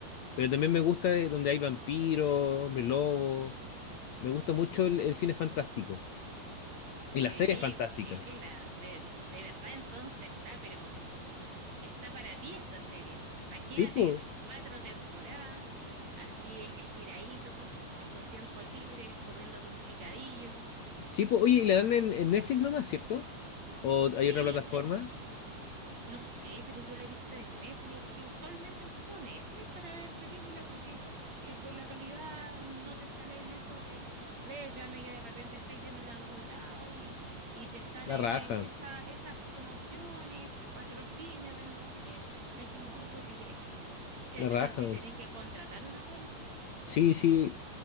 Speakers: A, on the left (about 75°); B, on the right (about 40°).
A: Pero también me gusta eh, donde hay vampiros, hombres lobos. Me gusta mucho el, el cine fantástico. Y
B: Debería
A: las series fantásticas.
B: verla. De, de verdad entonces está, pero está para ti esta serie. Imagínate,
A: Sí, pues.
B: cuatro temporadas, así estiradito, en tus tiempos libres, comiéndote un picadillo.
A: Sí, po. Oye, ¿y la dan en, en Netflix nomás, cierto? ¿O
B: Sí,
A: hay otra plataforma?
B: No sé, pero yo la he visto en Netflix, es que usualmente ocupo Netflix para ver películas porque eh, por la calidad no te salen eso de réclame que de repente estáis viendo en algún lado y, y te salen
A: La raja.
B: eh, esa- esas promociones, patrocinio del no sé qué. Aquí no, pues directo. Eh,
A: La raja.
B: Eso sí, tenéis que contratar una cuenta.
A: Sí, sí.